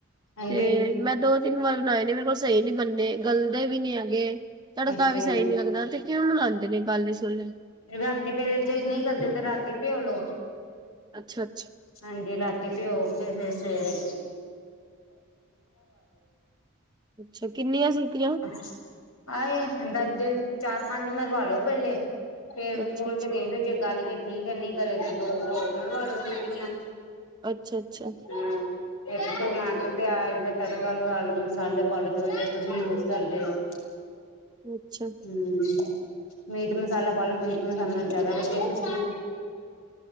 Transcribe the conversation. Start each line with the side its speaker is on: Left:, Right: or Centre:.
Left: ਹਾਂਜੀ
Right: ਤੇ ਮੈਂ ਦੋ ਤਿੰਨ ਵਾਰ ਬਣਾਏ ਨੇ, ਮੇਰੇ ਕੋਲ ਸਹੀ ਨੀ ਬੰਨੇ ਗਲਦੇ ਵੀ ਨੀ ਹੈਗੇ ਤੜਕਾ
Left: ਅੱਛਾ
Right: ਵੀ ਸਹੀ
Left: ਜੀ
Right: ਨੀ ਲੱਗਦਾ, ਤੇ ਕਿਉਂ ਬਨਾਦੇ ਨੇ ਕਾਲੇ ਛੋਲੇ
Left: ਰਾਤੀ ਜੇ ਨਈ ਗਲਦੇ ਤੇ ਰਾਤੀ ਭਿਉਲੋ
Right: ਅੱਛਾ-ਅੱਛਾ।
Left: ਹਾਂਜੀ, ਰਾਤੀ ਭਿਉ ਕੇ ਫਿਰ ਸਵੇਰੇ
Right: ਅੱਛਾ ਕਿੰਨੀਆਂ ਸੀਟੀਆਂ
Left: <unintelligible> ਆਏ ਹੁੰਦਾ ਜਿਨ ਚਾਰ-ਪੰਜ ਮਰਵਾਲੋ ਪਹਿਲੇ ਫੇਰ
Right: ਅੱਛਾ
Left: ਖੋਲ
Right: ਅੱਛਾ
Left: ਕੇ ਦੇਖ ਲੋ, ਜੇ ਗਲ ਗਏ ਠੀਕ ਐ। ਨਈ ਗਲੇ ਤੇ ਦੋ ਕੁ ਹੋਰ ਮਰਵਾਲੋ ਸੀਟੀਆਂ।
Right: ਅੱਛਾ-ਅੱਛਾ।
Left: ਹੂੰ। ਇਕ ਤੇ ਟਮਾਟਰ, ਪਿਆਜ ਦਾ ਤੜਕਾ ਲਗਾ ਲੋੋ ਮਸਾਲੇ ਪਾਲੋ ਜੋ-ਜੋ ਤੁਸੀਂ ਯੂਜ ਕਰਦੇ ਓ। <inaudible>
Right: ਅੱਛਾ।
Left: ਹੂੰ-ਹੂੰ ਮੀਟ ਮਸਾਲਾ ਪਾਲੋ ਮੀਟ ਮਸਾਲਾ ਜ਼ਿਆਦਾ ਵਧੀਆ ਖੁਸ਼ਬੂ